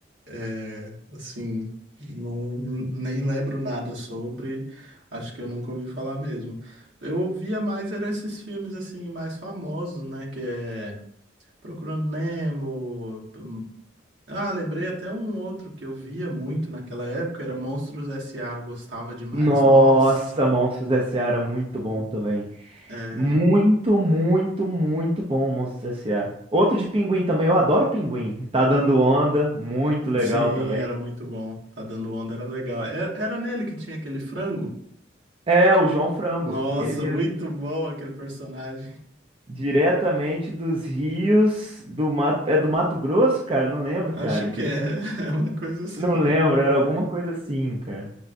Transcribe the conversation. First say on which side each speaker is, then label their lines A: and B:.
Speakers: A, on the right; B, on the right.
A: é, assim, não, nem lembro nada sobre. Acho que eu nunca ouvi falar mesmo. Eu ouvia mais era esses filmes assim mais famosos, né? Que é Procurando Nemo, Ah, lembrei até um outro que eu via muito naquela época, era Monstros S.A., eu gostava demais.
B: Nossa,
A: Nossa,
B: Monstros S.A. era muito bom também.
A: é,
B: Muito, muito, muito bom, Monstros S.A. Outro de Pinguim também, eu adoro Pinguim. Tá dando onda, muito legal
A: sim,
B: também.
A: era muito bom. Tá dando onda, era legal. Era, era nele que tinha aquele frango?
B: É, o João Frango,
A: Nossa,
B: ele mesmo.
A: muito bom aquele personagem.
B: Diretamente dos rios do Mato, é do Mato Grosso, cara? Não lembro,
A: Acho
B: cara.
A: que
B: de
A: é,
B: onde-
A: <laughs> é uma coisa assim.
B: Não lembro, era alguma coisa assim, cara.